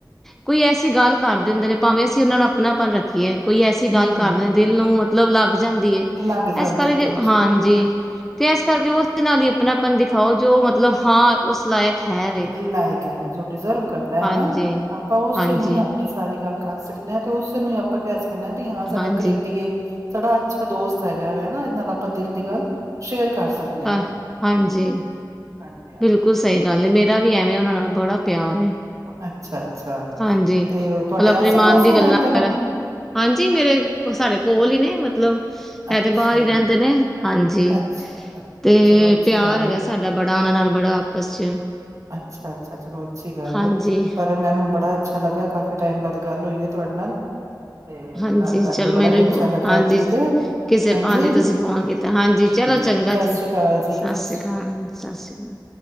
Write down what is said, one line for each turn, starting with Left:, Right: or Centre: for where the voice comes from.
Centre: ਕੋਈ ਐਸੀ ਗੱਲ ਕਰ ਦਿੰਦੇ ਨੇ ਭਾਵੇਂ ਅਸੀਂ ਉਹਨਾਂ ਨੂੰ ਆਪਣਾ ਆਪਨ ਰੱਖੀਏ ਕੋਈ ਐਸੀ
Right: ਹੂੰ,
Centre: ਗੱਲ
Right: ਹੂੰ
Centre: ਕਰਦੇ ਦਿਲ ਨੂੰ ਮਤਲਬ ਲੱਗ ਜਾਂਦੀ ਹੈ
Right: ਲੱਗ ਜਾਂਦੇ
Centre: ਇਸ ਕਰਕੇ
Right: ਪਿੰਜ
Centre: ਹਾਂਜੀ ਜੀ ਤੇ ਇਸ ਕਰਕੇ ਉਸਦੇ ਨਾਲ ਹੀ ਆਪਣਾਪਨ ਦਿਖਾਓ ਜੋ ਮਤਲਬ ਹਾਂ ਉਸ ਲਾਇਕ ਹੈ ਵੇ
Right: ਲਾਇਕ ਹੈ ਜੋ ਡਿਜ਼ਰਵ ਕਰਦਾ
Centre: ਹਾਂਜੀ
Right: ਹੈ ਨਾ ਆਪਾਂ ਉਸੇ
Centre: ਹਾਂਜੀ
Right: ਨੂੰ ਹੀ ਆਪਣੇ ਸਾਰੀ ਗੱਲ ਕਰ ਸਕਦੇ ਹਾਂ ਤੇ ਉਸੈਨੂੰ ਹੀ ਆਪਾਂ ਕਹਿ ਸਕਦੇ ਹਾਂ ਵੀ ਹਾਂ ਸਾਡਾ
Centre: ਹਾਂਜੀ
Right: ਕਰੀਬੀ ਏ। ਸਾਡਾ ਅੱਛਾ ਦੋਸਤ ਹੈਗਾ ਵੇ ਨਾ ਇਹਦੇ ਨਾਲ ਆਪਾਂ ਦਿਲ ਦੀ ਗੱਲ ਸ਼ੇਅਰ ਕਰ ਸਕਦੇ ਹਾਂ।
Centre: ਹਾ ਹਾਂਜੀ
Right: ਹਾਂਜੀ ਹਾਂਜੀ।
Centre: ਬਿਲਕੁਲ ਸਹੀ ਗੱਲ ਐ ਮੇਰਾ ਵੀ ਐਵੇਂ ਉਹਨਾਂ ਨਾਲ ਬੜਾ ਪਿਆਰ ਏ।
Right: ਅੱਛਾ ਅੱਛਾ
Centre: ਹਾਂਜੀ ਮਤਲਬ
Right: ਤੇ ਤੁਹਾਡੇ ਆਸੇ
Centre: ਆਪਣੇ ਮਣ
Right: ਪਾਸੇ
Centre: ਦੀ ਗੱਲਾਂ
Right: ਰਹਿੰਦੇ ਨੇ
Centre: ਕਰ ਹਾਂਜੀ ਮੇਰੇ ਕੋ ਸਾਡੇ ਕੋਲ ਹੀ ਨੇ ਮਤਲਬ ਹੈ
Right: ਅੱਛਾ
Centre: ਤੇ ਬਾਹਰ ਹੀ ਰਹਿੰਦੇ ਨੇ ਹਾਂਜੀ
Right: ਅੱਛਾ
Centre: ਤੇ
Right: ਚਲੋ ਅੱਛੀ
Centre: ਪਿਆਰ
Right: ਗੱਲ
Centre: ਹੈਗਾ
Right: ਹੈ
Centre: ਸਾਡਾ ਬੜਾ ਉਹਨਾਂ ਨਾਲ ਬੜਾ ਆਪਸ ਚ
Right: ਅੱਛਾ ਅੱਛਾ ਚਲੋ ਅੱਛੀ ਗੱਲ
Centre: ਹਾਂਜੀ,
Right: ਹੈ ਪਰ ਮੈਨੂੰ ਬੜਾ ਅੱਛਾ ਲੱਗਾ ਕਾਫੀ ਟਾਈਮ ਬਾਅਦ ਗੱਲ ਹੋਈ ਹੈ ਤੁਹਾਡੇ ਨਾਲ। ਤੇ
Centre: ਹਾਂਜੀ
Right: ਗੱਲ ਕਰਕੇ
Centre: ਚਲੋ
Right: ਬੜਾ
Centre: ਮੈਨੂੰ
Right: ਹੀ ਅੱਛਾ
Centre: ਵੀ ਬ
Right: ਲੱਗਾ
Centre: ਹਾਂਜੀ
Right: ਠੀਕ ਹੈ
Centre: ਕਿਸੇ
Right: ਹਾਂਜੀ।
Centre: ਭਾਨੇ ਤੁਸੀਂ ਫੋਨ ਕੀਤਾ। ਹਾਂਜੀ ਚਲੋ ਚੰਗਾ
Right: ਹਾਂਜੀ ਸਤਿ
Centre: ਜੀ
Right: ਸ੍ਰੀ ਅਕਾਲ ਜੀ
Centre: ਸਤਿ ਸ੍ਰੀ
Right: ਸ਼੍ਰੀ
Centre: ਅਕਾਲ ਸਤਿ ਸ਼੍ਰੀ ਅਕਾਲ।